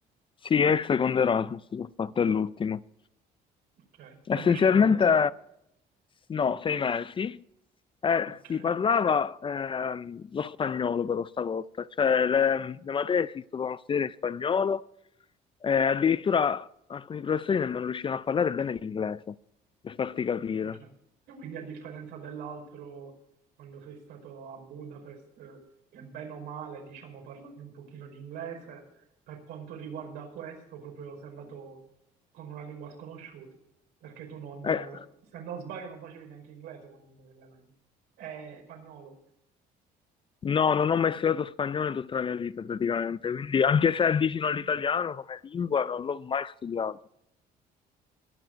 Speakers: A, on the left (about 30°); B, on the right (about 85°).
A: Sì, è il secondo Erasmus che ho fatto, è l'ultimo.
B: Ok, sempre
A: Essenzialmente
B: 5 mesi?
A: no, sei mesi. Eh,
B: Ok,
A: si parlava ehm, lo spagnolo però stavolta, cioè le, le materie si dovevano studiare in spagnolo, eh, addirittura alcuni professori nemmeno riuscivano a parlare bene l'inglese, per farti capire.
B: Cioè, e quindi a differenza dell'altro, quando sei stato a Budapest, eh, che bene o male, diciamo, parlavi un pochino di inglese, per quanto riguarda questo, proprio sei andato con una lingua sconosciuta, perché tu non,
A: Eh,
B: eh, se non sbaglio, non facevi neanche inglese quando andavi alle medie. Eh, spagnolo.
A: no, non ho mai studiato spagnolo in tutta la mia vita praticamente, quindi anche se è vicino all'italiano come lingua non l'ho mai studiato.